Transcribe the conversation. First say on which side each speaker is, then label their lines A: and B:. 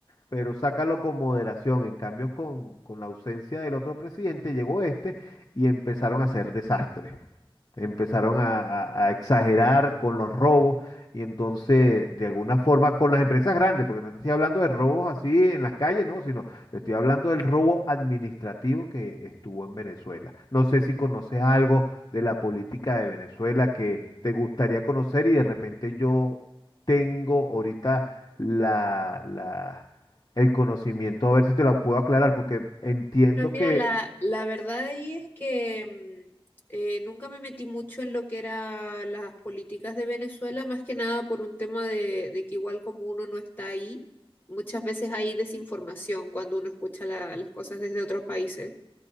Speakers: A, on the left; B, on the left.
A: pero sácalo con moderación. En cambio, con, con la ausencia del otro presidente, llegó este y empezaron a hacer desastres. Empezaron a, a- a exagerar con los robos y entonces, de alguna forma, con las empresas grandes, porque no te estoy hablando de robos así en las calles, no, sino te estoy hablando del robo administrativo que estuvo en Venezuela. No sé si conoces algo de la política de Venezuela que te gustaría conocer y de repente yo tengo ahorita la, la- el conocimiento, a ver si te lo puedo aclarar, porque entiendo
B: No, mira,
A: que
B: la, la verdad ahí es que mm, eh, nunca me metí mucho en lo que eran las políticas de Venezuela, más que nada por un tema de, de que igual como uno no está ahí, muchas veces hay desinformación cuando uno escucha la- las cosas desde otros países,